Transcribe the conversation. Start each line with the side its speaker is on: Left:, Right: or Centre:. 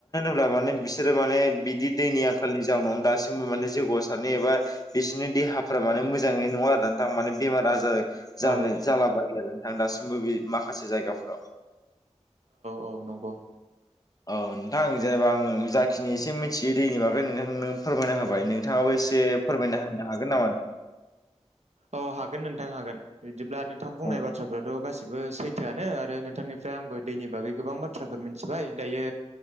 Left: अब्ला माने बिसोरो माने बिदि दैनि आंखालनि जाउनाव दासिमबो माने जौगासार नेबा बिसोरनि देहाफोरा माने मोजाङै नङा आरो नोथां माने बेमार आजार जानो
Right: औ
Left: जाला बायो आरो नोंथां दासिमबो बे माखासे जायगाफोराव।
Right: औ नंगौ औ
Left: औ नोंथां जेनेबा आं जाखिनि एसे मिथियो दैनि बागै नोंथांनो फोरमायना होबाय नोंथाङाबो एसे फोरमायना होनो हागोन नामा
Right: औ हागोन नोंथां हागोन बिदिब्ला नोंथां बुंनाय
Left: औ
Right: बाथ्राफ्राथ' गाैसैबो सैथोआनो आरो नोंथांनिफ्राय आंबो दैनि बागै गोबां बाथ्राफोर मिथिबाय दायो